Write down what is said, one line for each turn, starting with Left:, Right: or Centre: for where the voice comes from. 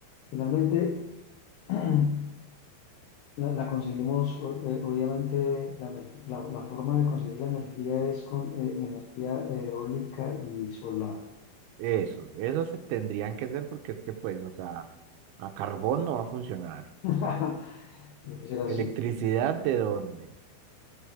Left: finalmente, <clears throat> la, la conseguimos, o- eh, obviamente, la, energi- la, la forma de conseguir la energía es con eh, energía eólica y solar.
Right: eso, eso se tendrían que hacer porque es que pues, o sea, a carbón no va a funcionar.
Left: <laughs> Tiene que ser así.
Right: ¿Electricidad de dónde?